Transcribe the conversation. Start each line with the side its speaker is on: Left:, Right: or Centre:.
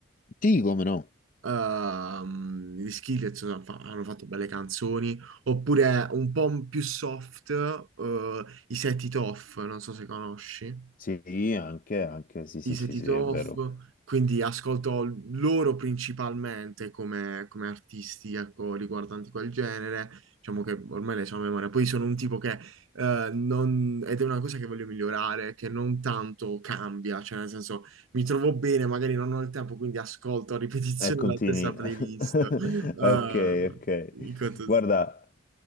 Left: sì, come no?
Right: Ehm, gli Skillet sono- fa- hanno fatto belle canzoni, oppure un po' più soft, eh, i Set It Off, non so se conosci.
Left: Sì, anche, anche, sì,
Right: i
Left: sì,
Right: Set
Left: sì,
Right: It
Left: sì,
Right: Off,
Left: è vero.
Right: quindi ascolto loro principalmente come, come artisti, ecco, riguardanti quel genere, diciamo che ormai le so a memoria. Poi sono un tipo che eh, non, ed è una cosa che voglio migliorare, che non tanto cambia, cioè nel senso mi trovo bene, magari non ho il tempo, quindi ascolto a ripetizione
Left: E continui.
Right: la stessa playlist.
Left: <laughs>
Right: Eh,
Left: Ok, ok.
Right: in quanto-
Left: Guarda,